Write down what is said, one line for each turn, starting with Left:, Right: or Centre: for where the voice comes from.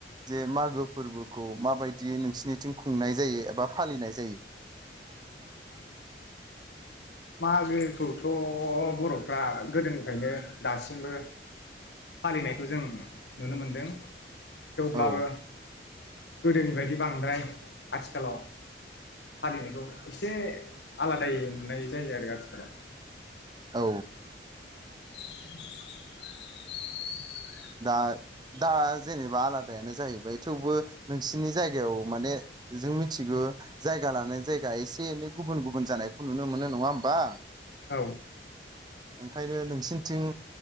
Right: जे मागो फोरबोखौ माबायदि नोंसिनिथिं खुंनाय जायो एबा फालिनाय जायो ।
Left: मागोखौथ' बर'फ्रा गोदोनिफ्रायनो दासिमबो फालिनायखौ जों नुनो मोनदों । थेवब्लाबो
Right: औ
Left: गोदोनि बायदि बांद्राय आथिखालाव फालिनायखौ एसे आलादायै नुनाय जायो आरो आथिखालाव
Right: औ
Left: <inaudible>
Right: दा दा जेनेबा आलादायानो जाहैबाय थेवबो नोंसिनि जायगायाव माने जों मिथिगौ जायगा लानाय जायगा एसे एनै गुबुन गुबुन जानायखौ नुनो मोनो नङा होमबा?
Left: औ
Right: ओंखायनो नोंसिनिथिं